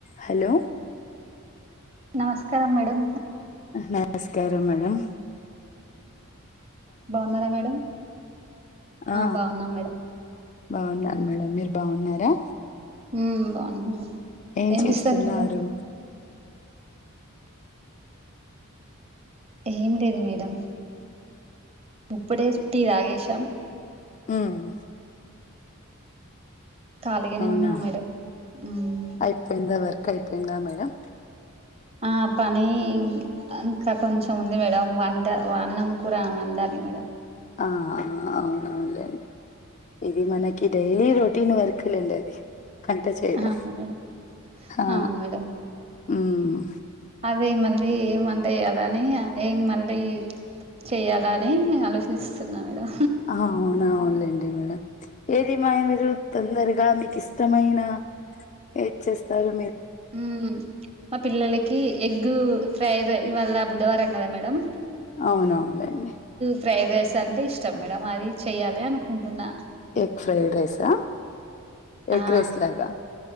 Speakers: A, on the left; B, on the right.
A: Hello
B: నమస్కారం madam
A: నమస్కారం madam
B: బాగున్నారా మేడం
A: ఆ
B: బాగున్నాం మేడం
A: బాగున్నాను మేడం మీరు బాగున్నారా?
B: ఉమ్ బాగున్నాం మేడం
A: ఏం చేస్తున్నారు
B: చేస్తారు మేడం ఏమ్ లేదు మేడం ఇప్పుడే టీ తాగేశం
A: ఉమ్
B: ఖాళీగానే
A: అవునా
B: ఉన్నాం మేడం ఉమ్
A: అయిపోయిందా వర్క్ అయిపోయిందా మేడం
B: ఆ పనీ ఈ ఇంకా కొంచెం ఉంది మేడం వంట వన్నం కూర వండాలి మేడం
A: ఆ ఆ అవునవునులేండి ఇది మనకి డైలీ రొటీన్ వర్క్ లేండి అది వంట చేయడం
B: అవును మేడం
A: హా
B: అవును మేడం
A: ఉమ్
B: అదే మళ్ళీ ఏం వంట యేయాలని ఏం మళ్ళీ చేయాల అని ఆలోచిస్తున్నా మేడం
A: ఆహా అవును లేండి మేడం ఏది మాయ మీరు తొందరగా మీకు ఇష్టమైన ఏదిచ్చేస్తారు
B: ఉమ్ మా పిల్లలకి ఎగ్ ఫ్రై రై ఇవాళ్ళ బుధవారం కదా మేడం
A: అవునవునులెండి
B: ఫ్రైడ్ రైస్ అంటే ఇష్టం మేడం అది చేయ్యాలి అనుకుంటున్నా
A: ఎగ్ ఫ్రైడ్ రైస్ ఎగ
B: ఆ
A: రైస్ లాగా